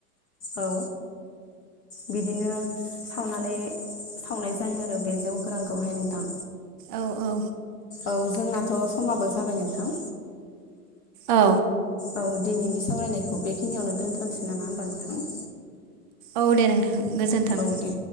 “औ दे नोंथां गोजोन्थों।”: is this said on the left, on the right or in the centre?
Right